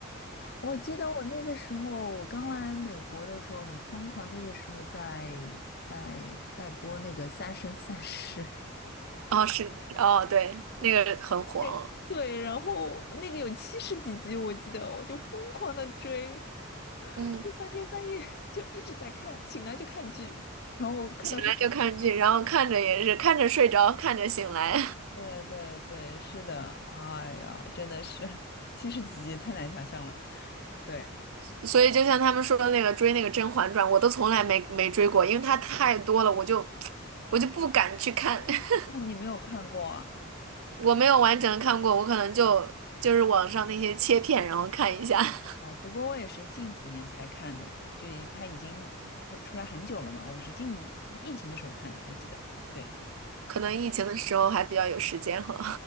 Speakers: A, on the left (about 50°); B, on the right (about 75°).
A: 我记得我那个时候，我刚来美国的时候很疯狂，那个时候在在在播那个《三生三世》，
B: 哦，是，哦，对，那个很火，
A: <laughs> 对，对，然后那个有七十几集，我记得我就疯狂的追。
B: 嗯，嗯
A: 就三天三夜就一直在看，醒来就看剧，然后看到睡着。
B: 醒来就看剧，然后看着也是看着睡着，看着醒来，
A: 对对对，是的，哎呀，真的是七十几集太难想象了。对，
B: <laughs> 所以就像他们说的那个追那个《甄嬛传》，我都从来没没追过，因为它太多了，我就 <tsk> 我就不敢去看。<laughs>
A: 哦，你没有看过啊？
B: 我没有完整看过，我可能就就是网上那些切片，然后看一下。<laughs>
A: 哦，不过我也是近几年才看的，就它已经呃出来很久了嘛，我是近疫情的时候看的，我记得。对，
B: 可能疫情的时候还比较有时间哈。